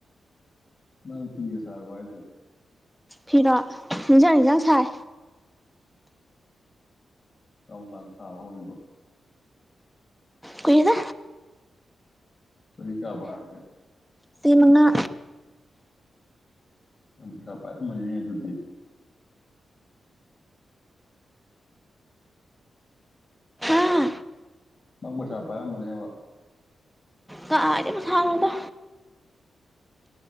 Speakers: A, on the left (about 35°); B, in the centre.
A: ꯅꯪ ꯐꯤꯒ ꯁꯔꯕꯣ ꯍꯥꯏꯖꯦ
B: ꯐꯤꯔꯣ ꯅꯤꯡꯖ ꯅꯤꯡꯖꯡ ꯁꯥꯏ
A: ꯀꯔꯝꯀꯟ ꯁꯥꯕ ꯍꯧꯔꯤꯕ
B: ꯀꯨꯏꯗ
A: ꯆꯍꯤ ꯀꯌꯥ ꯐꯔꯒꯦ
B: ꯆꯩ ꯃꯉꯥ
A: <unintelligible> ꯄꯩꯁꯥ ꯄꯥꯏꯔꯝ ꯃꯅꯤꯅꯦ ꯑꯗꯨꯗꯤ
B: ꯑꯥ
A: ꯅꯪ ꯄꯩꯁꯥ ꯄꯥꯏꯔꯝꯃꯅꯦꯕ
B: ꯀꯥꯏ ꯗꯩ ꯄꯩꯁ ꯅꯣꯗ